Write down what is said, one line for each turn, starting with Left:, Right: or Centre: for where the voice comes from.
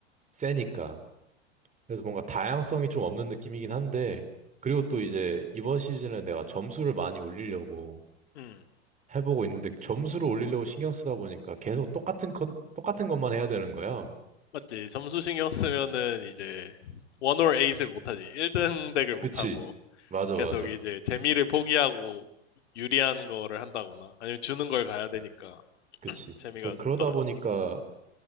Right: 세니까.
Left: 음.
Right: 그래서 뭔가 다양성이 좀 없는 느낌이긴 한데, 그리고 또 이제 이번 시즌은 내가 점수를 많이 올리려고
Left: 음,
Right: 해보고 있는데, 점수를 올리려고 신경 쓰다 보니까 계속 똑같은 것, 똑같은 것만 해야 되는 거야.
Left: 맞지. 점수 신경 쓰면은 이제 원 or 에잇을 못하지. 1등 덱을 못하고
Right: 그치. 맞아,
Left: 계속
Right: 맞아.
Left: 이제 재미를 포기하고 유리한 거를 한다거나 아니면 주는 걸 가야 되니까
Right: 그치.
Left: <clears throat> 재미가
Right: 그러니까
Left: 좀
Right: 그러다
Left: 떨어지지.
Right: 보니까